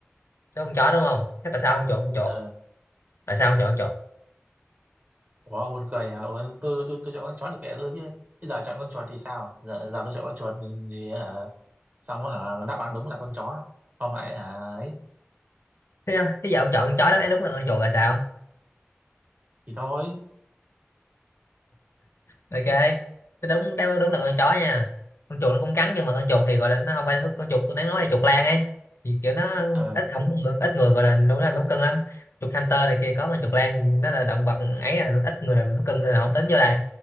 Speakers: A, on the left; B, on the right.
A: chốt con chó đúng không thế tại sao không chọn con chuột
B: ờ
A: tại sao không chọn con chuột
B: ủa buồn cười à ủa, tôi tôi tôi chọn con chó thì kệ tôi chứ bây giờ chọn con chuột thì sao giờ, giờ tôi chọn con chuột thì, thì hả, xong á hả đáp án đúng là con chó không lại hả ấy
A: thế, thế giờ ông chọn con chó đáp án đúng là con chuột là sao
B: thì thôi
A: ok thế đúng đáp án đúng là con chó nha con chuột nó cũng cắn nhưng mà con chuột thì gọi là nó không phải thú- con chuột tôi đang nói là chuột lang ấy thì kiểu nó
B: ờ
A: ít không có người, ít người gọi là đúng là thú cưng lắm chuột hamster này kia có con chuột lang nó là động vật ấy là ít người làm thú cưng nên là không tính vô đây